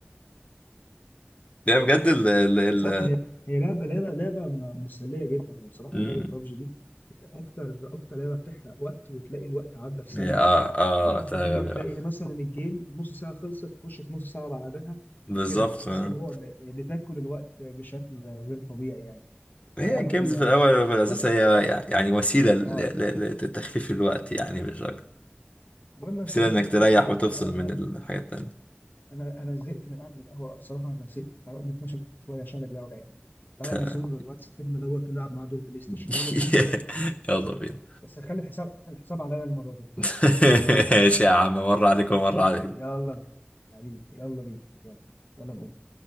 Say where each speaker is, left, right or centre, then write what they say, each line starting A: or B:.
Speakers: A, on the left; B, on the left.
A: يعني بجد ال ال ال
B: بالظبط هي هي لعبه لعبه لعبه م- مسليه جدا يعني بصراحه
A: مم.
B: هي لعبه بابجي دي بت- اكتر اكتر لعبه بتحرق وقت وتلاقي الوقت عدى في ثانيه
A: هي اه اه
B: <clears throat>
A: تمام
B: فتيجي تلاقي
A: آه.
B: مثلا الجيم نص ساعة خلصت تخش في نص ساعة بعدها
A: بالظبط
B: وكده بتحس
A: آه.
B: ان هو ب- بتاكل الوقت بشكل غير طبيعي يعني
A: هي
B: فلعبة
A: الجيمز
B: حلوة
A: في
B: قوي
A: الاول وفي الاساس
B: المهم
A: هي يعني وسيله ل-
B: اه
A: ل- ل- لتخفيف الوقت يعني مش اكتر
B: المهم يا
A: وسيلة
B: صديقي
A: انك
B: بقى
A: تريح
B: ايه
A: وتفصل
B: تعالى
A: من
B: بقى إيه،
A: الحاجات
B: انا انا زهقت من قعدة القهوة بصراحة انا زهقت تعالى اقوم اتمشى شوية عشان رجلي وجعتني
A: التانية
B: تعالى نزور الواد صاحبنا دوت ونلعب معاه دور بلاي ستيشن
A: <laughs>
B: يلا بينا
A: يلا بينا
B: بس هخلي الحساب خلي الحساب عليا المرة دي
A: <laughs> ماشي يا عم مرة عليك ومرة عليك
B: يلا بينا حبيبي يلا بينا يلا يلا نقوم